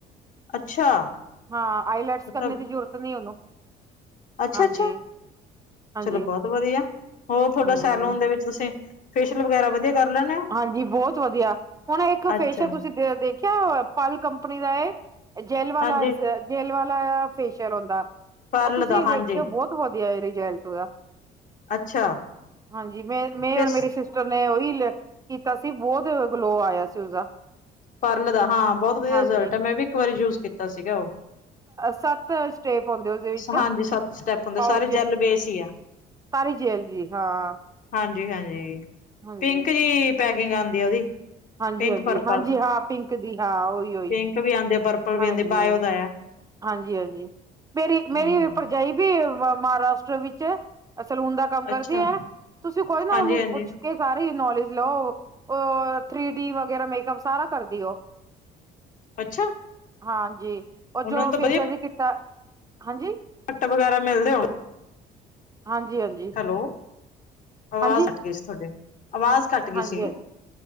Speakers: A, on the left; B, on the right.
A: ਅੱਛਾ
B: ਹਾਂ, ਆਈਲੈਟਸ
A: ਫਿਰ
B: ਕਰਨੇ ਦੀ ਜ਼ਰੂਰਤ ਨਹੀਂ ਉਹਨੂੰ।
A: ਅੱਛਾ
B: ਹਾਂਜੀ
A: ਅੱਛਾ,
B: ਹਾਂਜੀ
A: ਚਲੋ ਬਹੁਤ ਵਧੀਆ, ਹੋਰ ਤੁਹਾਡਾ
B: ਹਮ
A: ਸੈਲੂਨ ਦੇ ਵਿੱਚ ਤੁਸੀਂ ਫੇਸ਼ੀਅਲ ਵਗੈਰਾ ਵਧੀਆ ਕਰ ਲੈਂਦੇ ਹੋ
B: ਹਾਂਜੀ, ਬਹੁਤ ਵਧੀਆ, ਹੁਣ ਇੱਕ
A: ਅੱਛਾ
B: ਫੇਸ਼ੀਅਲ ਤੁਸੀਂ ਦੇ ਦੇਖਿਆ ਪਲ ਕੰਪਨੀ ਦਾ ਆਇਆ। ਜੇਲ ਵਾਲਾ
A: ਹਾਂਜੀ
B: ਜੇਲ ਵਾਲਾ ਫੇਸ਼ੀਅਲ ਆਉਂਦਾ।
A: ਪਰਲ
B: ਉਹ ਤੁਸੀਂ
A: ਦਾ ਹਾਂਜੀ
B: ਵੇਖਿਓ ਬਹੁਤ ਵਧੀਆ ਐ ਰਿਜਲਟ ਉਹਦਾ।
A: ਅੱਛਾ
B: ਹਾਂਜੀ ਮੈਂ ਮੈਂ
A: ਕਿਸ
B: ਔਰ ਮੇਰੀ ਸਿਸ ਨੇ ਉਹੀ ਕੀਤਾ ਸੀ, ਬਹੁਤ ਗਲੋ ਆਇਆ ਸੀ ਉਸਦਾ।
A: ਪਾਰਲਰ ਦਾ, ਹਾਂ ਬਹੁਤ ਵਧੀਆ
B: ਹਾਂਜੀ
A: ਰਿਜਲਟ ਹੈ ਮੈਂ ਵੀ ਇੱਕ ਵਾਰੀ ਯੂਜ ਕੀਤਾ ਸੀਗਾ ਉਹ।
B: ਸੱਤ ਸਟੇਪ ਆਉਂਦੇ ਉਹਦੇ ਵਿੱਚ
A: ਹਾਂਜੀ ਸੱਤ ਸਟੈਪ ਹੁੰਦੇ
B: ਪਾਉਚ।
A: ਸਾਰੇ ਜੈਲ ਬੇਸ ਹੀ ਆ
B: ਤਾਰੀ ਜੇਲ ਜੀ, ਹਾਂ।
A: ਹਾਂਜੀ ਹਾਂਜੀ,
B: ਹਾਂਜੀ
A: ਪਿੰਕ ਜਿਹੀ ਪੈਕਿੰਗ ਆਉਂਦੀ ਆ ਉਹਦੀ।
B: ਹਾਂਜੀ
A: ਪਿੰਕ
B: ਹਾਂਜੀ
A: ਪਰਪਲ
B: ਹਾਂਜੀ, ਹਾਂ, ਪਿੰਕ ਦੀ ਹਾਂ, ਉਹੀ। ਉਹੀ
A: ਪਿੰਕ ਵੀ ਆਉਂਦੀ ਆ, ਪਰਪਲ ਵੀ
B: ਹਾਂਜੀ
A: ਆਉਂਦੀ ਬਾਇਓ ਦਾ ਆ।
B: ਹਾਂਜੀ ਹਾਂਜੀ, ਮੇਰੀ ਮੇਰੀ
A: ਹਮ
B: ਭਰਜਾਈ ਵੀ ਮਹਾਰਾਸ਼ਟਰ ਵਿੱਚ ਸਲੂਨ ਦਾ ਕੰਮ ਕਰਦੀ
A: ਅੱਛਾ
B: ਐ ਨਾ। ਤੁਸੀਂ ਕੋਈ ਨਾ
A: ਹਾਂਜੀ
B: ਉਹਨੂੰ
A: ਹਾਂਜੀ
B: ਪੁੱਛ ਕੇ ਸਾਰੀ ਨੌਲੇਜ ਲਓ, ਉਹ ਥ੍ਰੀ ਡੀ ਵਗੈਰਾ ਮੇਕਅਪ ਸਾਰਾ ਕਰਦੀ ਉਹ।
A: ਅੱਛਾ
B: ਹਾਂਜੀ, ਔਰ
A: ਉਹਨਾਂ
B: ਜੋ
A: ਨੂੰ ਤਾਂ
B: ਫੇਸ਼ੀਅਲ ਦੀ ਕਿੱਟਾ ਹਾਂਜੀ।
A: ਘੱਟ ਵਗੈਰਾ ਮਿਲਦੇ ਹੋ।
B: ਹਾਂਜੀ ਹਾਂਜੀ।
A: ਹੈਲੋ, ਆਵਾਜ਼
B: ਹਾਂਜੀ,
A: ਕੱਟ ਗਈ ਸੀ ਤੁਹਾਡੀ, ਆਵਾਜ਼ ਕੱਟ ਗਈ
B: ਹਾਂਜੀ,
A: ਸੀਗੀ,
B: ਹਾਂਜੀ,